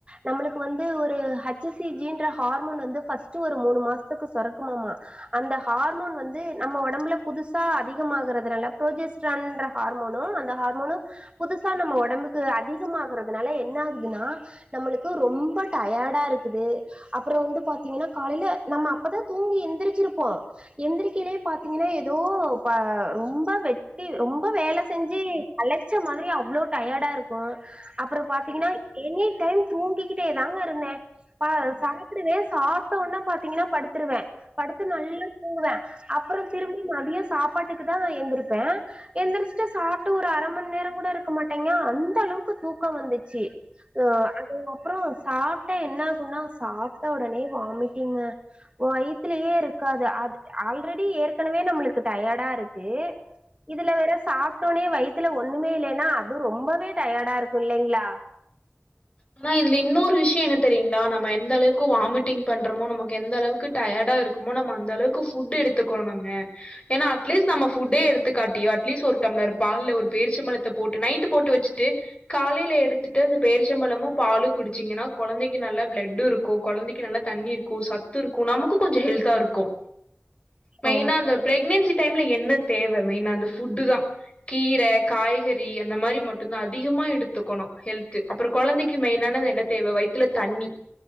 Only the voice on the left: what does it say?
ம்
ம்.
ஆனா இதுல இன்னோரு விஷயம் என்ன தெரியுங்களா நம்ம எந்த அளவுக்கு வாமிட்டிங் பண்றோமோ நமக்கு எந்த அளவுக் வுக்கு டயர்டா இருக்குமோ நம்ம அந்த அளவுக்கு ஃபுட் எடுத்துக்கணுங்கா ஏன்னா அட்லீஸ்ட் நம்ம ஃபுட்டே எடுத்துக்காட் டி அட்லீஸ் ஒரு டம்ளர் பால்ல ஒரு பேரிச்சம்பழத்த போட்டு நைட்டு போட்டு வச்சுட்டு காலையில எடுத்து டு பேரிச்சம்பழமும் பாலு குடிச்சீங்கன்னா கொழந்தைக்கு நல்ல பிளட்டு இருக்கும் கொழந்தைக்கு நல்லா தண்ணி இருக்கு சத் து இருக்கும் நமக்கு கொஞ்ச ஹெல்தா இருக்கும் மெயினா
அந்த பிரெக்னன்சி டைம்ல என்ன தேவ மெயினா அந்த ஃபுட்டு தா கீர காய்கறி அந்த மாரி மட்டும்தா அதிகமா எடுத்துக்கணும் ஹெல்த் அப்புற கொழந்தைக்கு மெயினானது என்ன தேவை வயித்துல தண்ணி